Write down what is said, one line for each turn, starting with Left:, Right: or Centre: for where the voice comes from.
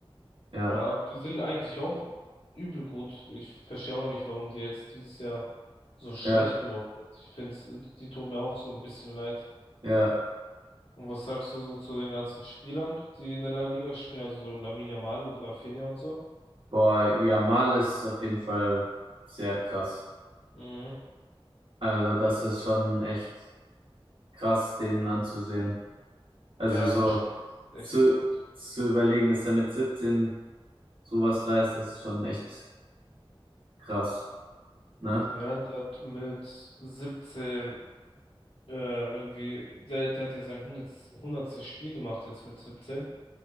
Right: Ja,
Left: Ja, die sind eigentlich auch übel gut. Ich verstehe auch nicht, warum die jetzt dieses Jahr so schlecht
Right: ja,
Left: geworden sind. Ich finde, die tun mir auch so ein bisschen leid.
Right: ja.
Left: Und was sagst du so zu den ganzen Spielern, die in der La Liga spielen, also so Lamine Yamal, Rafinha und so?
Right: Boah, Yamal ist auf jeden Fall sehr krass.
Left: Mhm.
Right: Also das ist schon echt krass, den anzusehen. Also
Left: Ja,
Right: so
Left: das spielt echt
Right: zu,
Left: sehr gut.
Right: zu überlegen, dass er mit 17 sowas reißt, das ist schon echt krass. Ne?
Left: Ja, der hat mit 17 äh, irgendwie, der, der hat ja sein 100, 100. Spiel gemacht jetzt mit siebzehn